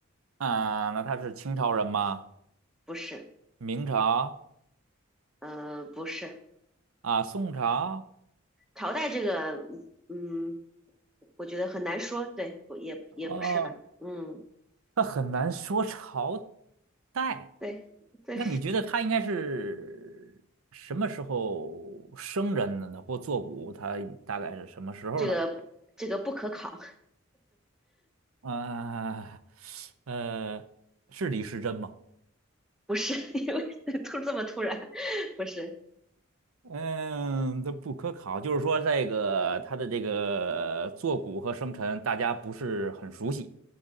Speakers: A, on the right (about 85°); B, in the centre.
A: 啊，那他是清朝人吗？
B: 不是，
A: 明朝
B: 呃，不是，
A: 啊，宋朝？
B: 朝代这个，嗯，我觉得很难说，对，不也也不是吧？
A: 哦，
B: 嗯，
A: 那很难说朝代。
B: 对对，
A: 那你觉得他应该是什么时候生人的呢？或作古，他大概是什么时候呢？
B: 这个这个不可考，
A: 啊，呃，是李时珍吗？
B: 不是，<laughs> 因为突这么突然，不是，
A: 嗯，这不可考，就是说这个他的这个坐骨和生辰，大家不是很熟悉，